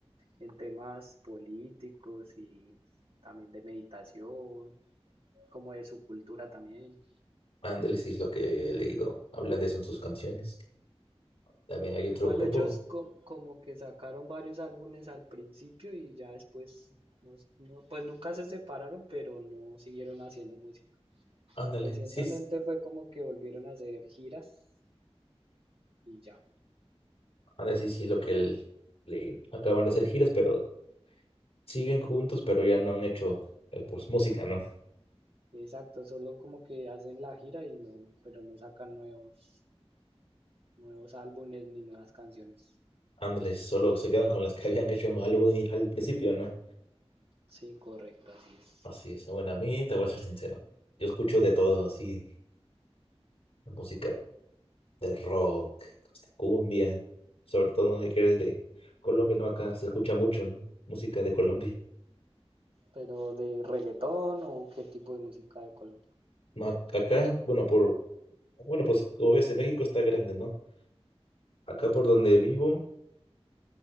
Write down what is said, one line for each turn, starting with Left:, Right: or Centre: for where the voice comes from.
Right: en temas políticos y también de meditación, como de su cultura también.
Left: ándale, sí es lo que he leído. Hablan de eso en sus canciones. También hay otro
Right: Igual
Left: grupo,
Right: ellos co- como que sacaron varios álbumes al principio y ya después, no no- pues nunca se separaron, pero no siguieron haciendo música.
Left: ándale,
Right: Recientemente
Left: sí, es-
Right: fue como que volvieron a hacer giras y ya.
Left: ándale, sí, sí es lo que él- leí. Acaban de hacer giras, pero siguen juntos, pero ya no han hecho, eh, pues, música, ¿no?
Right: Exacto, solo como que hacen la gira y no, pero no sacan nuevos, nuevos álbumes ni nuevas canciones.
Left: Ándale, solo se quedan con las que habían hecho en algún al principio, ¿no?
Right: Sí, correcto, así es.
Left: Así es. Bueno, a mí te voy a ser sincero. Yo escucho de todo, así, la música del rock, hasta cumbia, sobre todo ¿no? que eres de Colombia, ¿no? Acá se escucha mucho, ¿no? Música de Colombia.
Right: Pero de reggaetón o qué tipo de música de Colombia.
Left: No, ac- acá, bueno, por, bueno, pues como ves, en México está grande, ¿no? Acá por donde vivo,